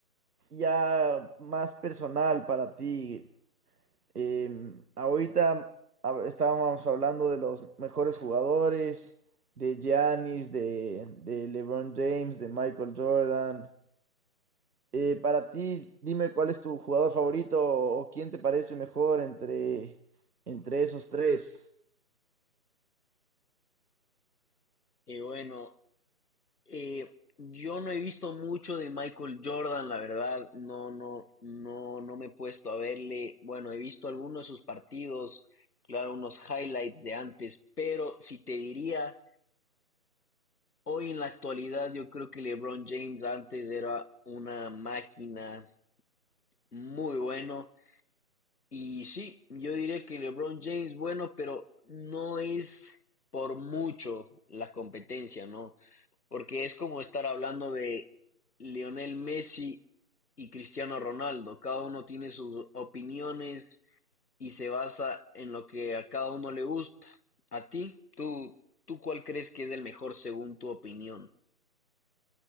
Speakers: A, on the right (about 80°); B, on the left (about 80°).
A: ya más personal para ti. Em, ahorita hab- estábamos hablando de los mejores jugadores, de Giannis, de, de LeBron James, de Michael Jordan. Eh, para ti, dime cuál es tu jugador favorito o quién te parece mejor entre, entre esos tres.
B: Y bueno, eh, yo no he visto mucho de Michael Jordan, la verdad. No, no, no, no me he puesto a verle. Bueno, he visto algunos de sus partidos, claro, unos highlights de antes, pero si te diría Hoy en la actualidad yo creo que LeBron James antes era una máquina muy bueno. Y sí, yo diría que LeBron James bueno, pero no es por mucho la competencia, ¿no? Porque es como estar hablando de Lionel Messi y Cristiano Ronaldo. Cada uno tiene sus opiniones y se basa en lo que a cada uno le gusta. A ti, tú, tú cuál crees que es el mejor según tu opinión.